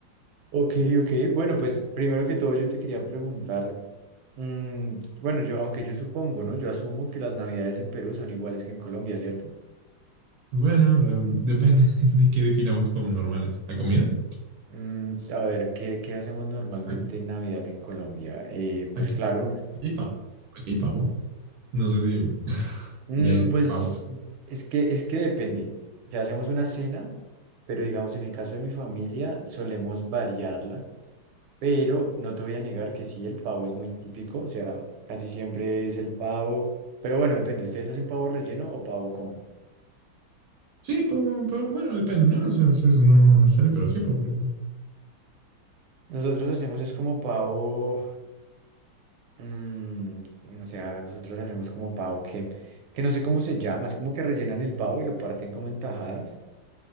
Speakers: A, on the right; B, on the right.
A: Ok, ok. Bueno, pues primero que todo yo te quería preguntar, mm, bueno, yo, aunque yo supongo, ¿no? Yo asumo que las navidades en Perú son iguales que en Colombia, ¿cierto?
B: Bueno, eh, depende <laughs> de qué definamos como normales. ¿La comida?
A: Mm, a ver, ¿qué, qué hacemos normalmente
B: Ay,
A: en Navidad en Colombia? Eh, pues
B: Aquí,
A: claro,
B: aquí hay pavo, aquí hay pavo, no sé si <laughs>
A: mm,
B: allá hay
A: pues
B: pavo.
A: es que, es que depende. O sea, hacemos una cena, pero digamos, en el caso de mi familia, solemos variarla, pero no te voy a negar que sí, el pavo es muy típico, o sea, casi siempre es el pavo, pero bueno, depende, ¿ustedes hacen pavo relleno o pavo como?
B: Sí, pavo, pavo, bueno, depende, ¿no? O sea, a veces no, no sale, pero sí, pavo, ¿no?
A: Nosotros hacemos es como pavo, mm, o sea, nosotros hacemos como pavo que, que no sé cómo se llama, es como que rellenan el pavo y lo parten como en tajadas.